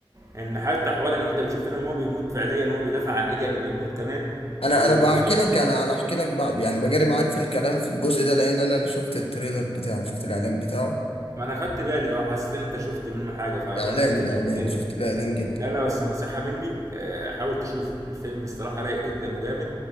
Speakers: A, on the right; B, on the left.
A: ان حتى حوار ان انت بتشوف فينوم وهو بيموت فعليا وهو بيدافع عن ايدي قبل ما يموت كمان
B: انا
A: وبيطمن
B: انا بحكي لك انا انا احكي لك بقى يعني بجري معاك في الكلام في الجزء ده لان انا شفت التريلر بتاعه شفت الاعلان بتاعه
A: ما انا خدت بالي اه حسيت ان انت شفت منه حاجه فاكيد
B: اعلان الاعلان
A: شفت
B: شفت الاعلان جدا
A: لا لا بس نصيحه مني آه، حاول تشوفه الفيلم الصراحه رايق جدا وجامد